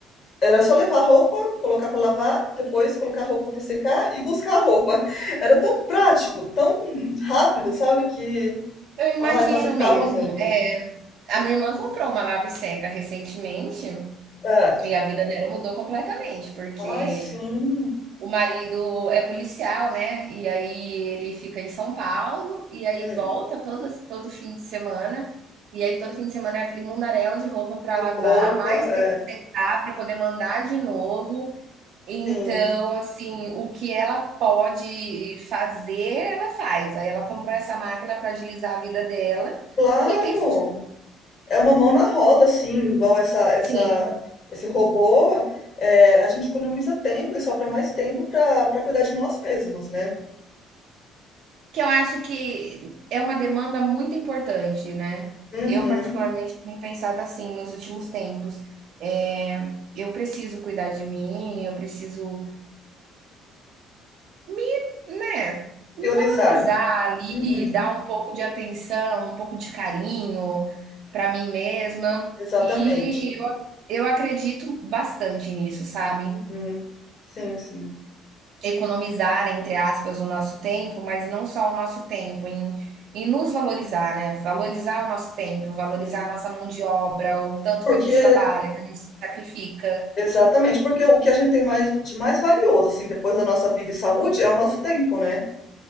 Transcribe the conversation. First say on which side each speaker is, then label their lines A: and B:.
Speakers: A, on the left; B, on the right.
A: era só levar a roupa, colocar para lavar, depois colocar a roupa para secar e buscar a roupa. <laughs> Era tão prático, tão rápido, sabe? Que,
B: Eu imagino
A: ai, facilitava
B: mesmo.
A: muito.
B: É, a minha irmã comprou uma lave seca recentemente
A: É.
B: e a vida dela mudou completamente, porque
A: Ai, sim.
B: o marido é policial, né? E aí ele fica em São Paulo e aí
A: Hum,
B: volta todo, todo fim de semana. E aí todo fim de semana é aquele mundaréu de roupa para
A: de
B: lavar,
A: roupa,
B: mais
A: é.
B: ter que secar para poder mandar de novo. Então,
A: Sim.
B: assim, o que ela pode fazer, ela faz. Aí ela comprou essa máquina para agilizar a vida dela
A: Claro.
B: e tem
A: É uma mão na roda, assim, igual essa, essa,
B: Sim,
A: esse robô. é, a gente economiza tempo e sobra mais tempo para para cuidar de nós mesmos, né?
B: que eu acho que é uma demanda muito importante, né.
A: Uhum.
B: Eu particularmente tenho pensado assim nos últimos tempos, eh, eu preciso cuidar de mim, eu preciso me, né,
A: Priorizar.
B: me valorizar ali,
A: Uhum.
B: dar um pouco de atenção, um pouco de carinho para mim mesma,
A: Exatamente.
B: e eu eu acredito bastante nisso, sabe.
A: Uhum. Sim, sim,
B: economizar, entre aspas, o nosso tempo, mas não só o nosso tempo, em, em nos valorizar, né? Valorizar o nosso tempo, valorizar
A: sim.
B: a nossa mão de obra, o tanto
A: Porque,
B: que a gente trabalha, que a gente se sacrifica.
A: exatamente, porque o que a gente tem mais, de mais valioso, assim, depois da nossa vida e saúde, é o nosso tempo, né?